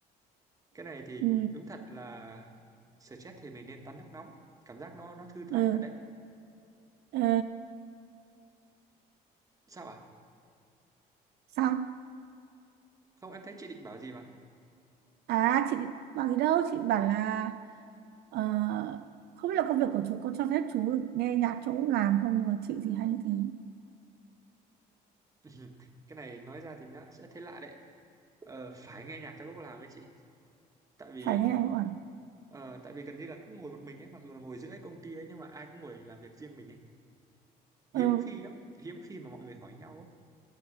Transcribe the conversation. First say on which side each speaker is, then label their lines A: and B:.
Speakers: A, on the right; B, on the right.
A: cái này thì
B: ừ
A: đúng thật là stress thì mình nên tắm nước nóng cảm giác nó nó thư thái
B: ờ
A: thật đấy
B: ờ
A: sao ạ
B: sao
A: không em thấy chị định bảo gì mà
B: à chị bảo gì đâu chị bảo là ờ, không biết là công việc của chú có cho phép chú nghe nhạc chỗ làm không nhưng mà chị thì hay như thế
A: <laughs> cái này nói ra thì nó sẽ thấy lạ đấy ờ, phải nghe nhạc trong lúc làm đấy chị tại vì
B: phải nghe anh bảo
A: ờ, tại vì gần như là cứ ngồi một mình ấy mặc dù là ngồi giữa cái công ty đấy nhưng mà ai cũng ngồi làm việc riêng mình ấy hiếm
B: ừ
A: khi lắm hiếm khi mà mọi người hỏi nhau ấy